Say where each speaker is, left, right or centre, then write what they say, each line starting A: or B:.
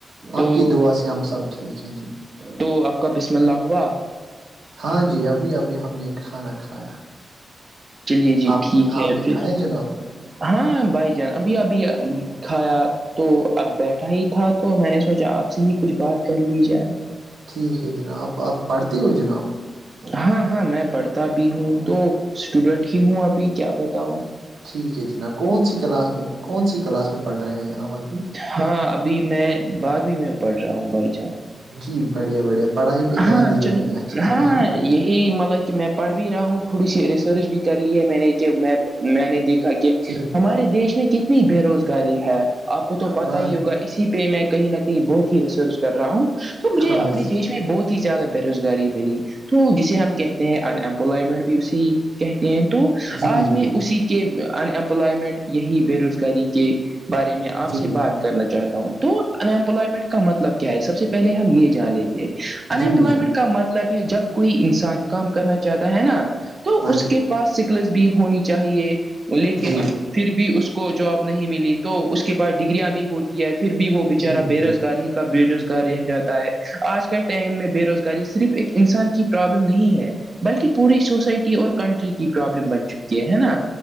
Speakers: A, on the right (about 40°); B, on the right (about 80°).
A: تو
B: آپ کی دعا سے ہم سب ٹھیک ہیں جی
A: تو کا بسم اللہ ہوا
B: ہاں جی ابھی ابھی ہم نے ایک کھانا کھایا
A: چلیے جی
B: آپ
A: ٹھیک ہے
B: آپ نے
A: پھر
B: کھایا جناب
A: ہاں بھائی جان ابھی ابھی کھیا تو اب بیٹھا ہی تھا تو میں نے سوچا آپ سے ہی کچھ بات کر لی جائے
B: ٹھیک ہے جنابپ آپ پڑھتے ہو جناب
A: ہاں ہاں میں پڑھتا بھی ہوں تو اسٹوڈینٹ ہی ہوں ابھی کیا بتاؤں
B: ٹھیک ہے جناب کون سی کلاس میں کون سی کلاس میں پڑھ رہے ہیں آپ ابھی
A: ہاں ابھی میں بارہویں میں پڑھ رہا ہوں بھائی جان
B: جی بڑھیا بڑھیا پڑھائی پہ
A: ہاں
B: دھیان دیا
A: چل
B: کہیں اچھے سے
A: ہاں
B: ہے نا ج
A: یہی مطلب کہ میں پڑھ بھی رہا ہوں تھوڑی سی ریسرچ بھی کر لی ہے میں نے کہ میں میں نے دیکھا کہ کہ
B: جی
A: ہمارے دیش میں کتنی بے روزگاری ہے آپ کو تو پتا
B: ہاں
A: ہی ہوگا اسی میں کہیں نہ کہیں بہت ہی ریسرچ کر رہا ہوں تو مجھے
B: ہاں
A: اپ اس میں بہت ہی زیادہ بےروزگاری ملی تو جسے ہم کہتے ہیں ان امپلائمنٹ بھی اسے کہتے ہیں تو
B: جی
A: آج
B: جی
A: میں
B: جی
A: اسی کے ان امپلائمنٹ یہی بے روزگاری کے بارے میں آپ
B: جی
A: سے بات کرنا چاہتا ہوں تو ان امپلائمنٹ کا مطلب کیا ہے سب سے پہے ہم یہ جانے تھ انمپلائمنٹ
B: جی جی
A: کا مطلب ہے جب کوئی انسان کام کرنا چاہتا ہے نا تو
B: ہاں
A: اس
B: جی
A: کے پاس سکلس بھی ہونی چاہیے لیکن
B: جی
A: پھر بھی اس کو کو جاب نہیں ملی تو اس کے پاس ڈگریاں بھی ہوتی ہے پھر بھی وہ بےچارا
B: جی
A: بے
B: جی
A: روزگار ہی بے روزگار رہ جاتا ہے آج کےل ٹائم میں بے روزگاری صرف ایک انسان کی پرابلم نہیں ہے بلکہ پوری سوسائٹی اور کنٹری کی پرابلم بن چکی کہ ہے نا